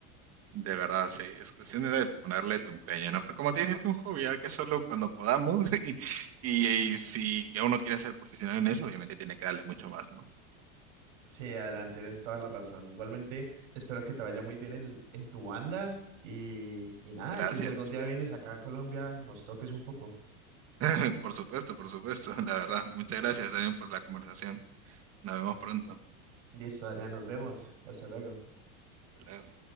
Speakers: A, on the right; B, on the right.
A: De verdad, sí, es cuestión de ponerle tu empeño, ¿no? Pero como te dije, es un hobby, hay que hacerlo cuando podamos <laughs> y, y, y si ya uno quiere ser profesional en eso, obviamente tiene que darle mucho más, ¿no?
B: Sí, Adrián, tienes toda la razón. Igualmente, espero que te vaya muy bien en, en tu banda y, y nada,
A: Gracias.
B: que si algún día vienes acá a Colombia, nos toques un poco.
A: <laughs> Por supuesto, por supuesto, <laughs> la verdad. Muchas gracias también por la conversación. Nos vemos pronto.
B: Listo, Adrián, nos vemos. Hasta luego.
A: Hasta luego.